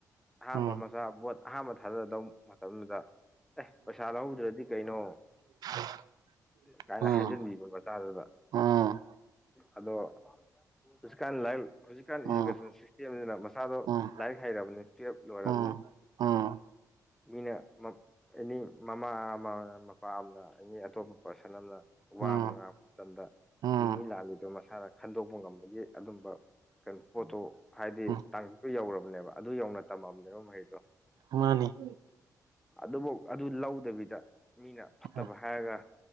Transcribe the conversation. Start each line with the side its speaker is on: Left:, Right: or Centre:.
Centre: ꯑꯍꯥꯟꯕ
Right: ꯎꯝ
Centre: ꯄꯩꯁꯥ ꯕꯣꯠ ꯑꯍꯥꯥꯟꯕ ꯊꯥꯗꯗꯧ ꯃꯇꯝꯗꯨꯗ ꯑꯦ ꯄꯩꯁꯥ ꯂꯧꯍꯧꯗ꯭ꯔꯗꯤ ꯀꯩꯅꯣ
Right: <unintelligible>
Centre: ꯀꯥꯏꯅ
Right: ꯎꯝ
Centre: ꯍꯥꯏꯖꯟꯕꯤꯕ
Right: ꯎꯝ
Centre: ꯃꯆꯥꯗꯨꯗ
Right: ꯎꯝ
Centre: ꯑꯗꯣ ꯍꯧꯖꯤꯛꯀꯥꯟ ꯂꯥꯏꯔꯤꯛ ꯍꯧꯖꯤꯛꯀꯥꯟ
Right: ꯎꯝ
Centre: ꯏꯖꯨꯀꯦꯁꯟ ꯁꯤꯁꯇꯦꯝꯁꯤꯅ ꯃꯆꯥꯗꯣ
Right: ꯎꯝ
Centre: ꯂꯥꯏꯔꯤꯛ ꯍꯩꯔꯕꯅꯦ ꯇꯨꯌꯦꯜꯐ ꯂꯣꯏꯔꯕꯅꯦ
Right: ꯎꯝ ꯎꯝ
Centre: ꯃꯤꯅ ꯑꯦꯅꯤ ꯃꯃꯥ ꯑꯃ ꯄꯥꯝꯅ ꯑꯦꯅꯤ ꯑꯇꯣꯞꯄ ꯄꯥꯔꯁꯟ ꯑꯃꯅ ꯋꯥ
Right: ꯎꯝ
Centre: ꯑꯃ ꯉꯥꯡꯉꯛꯄ ꯃꯇꯝꯗ
Right: ꯎꯝ
Centre: ꯆꯨꯝꯃꯤ ꯂꯥꯟꯜꯂꯤꯗꯣ ꯃꯁꯥꯅ ꯈꯟꯗꯣꯛꯄ ꯉꯝꯕꯒꯤ ꯑꯗꯨꯝꯕ ꯀꯩꯅꯣ ꯄꯣꯠꯇꯣ ꯍꯥꯏꯗꯤ
Right: ꯎꯝ
Centre: ꯇꯥꯡꯀꯛꯇꯨ ꯌꯧꯔꯕꯅꯦꯕ ꯑꯗꯨ ꯌꯧꯅ ꯇꯝꯃꯕꯅꯦꯕ ꯃꯍꯩꯗꯣ
Right: ꯃꯥꯅꯤ
Centre: ꯑꯗꯨꯐꯧ ꯑꯗꯨ ꯂꯧꯗꯕꯤꯗ ꯃꯤꯅ ꯐꯠꯇꯕ
Right: ꯎꯝ
Centre: ꯍꯥꯏꯔꯒ